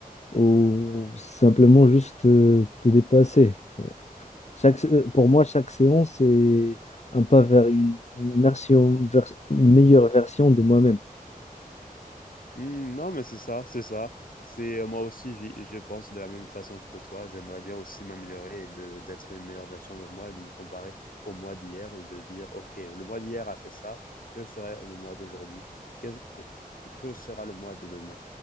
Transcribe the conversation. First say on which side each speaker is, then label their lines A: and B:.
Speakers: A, on the left (about 50°); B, on the left (about 65°).
A: ou simplement juste euh, te dépasser. Chaque, sé- euh, pour moi, chaque séance, c'est un pas vers une, une version, vers- une meilleure version de moi-même.
B: Mmh, non, mais c'est ça, c'est ça. C'est euh, moi aussi, j'y- je pense de la même façon que toi. J'aimerais bien aussi m'améliorer et de- d'être une meilleure version de moi et de me comparer au mois d'hier et de dire, OK, le mois d'hier a fait ça, que ferait le mois d'aujourd'hui? Qu'est- co- Que, que sera le mois de demain?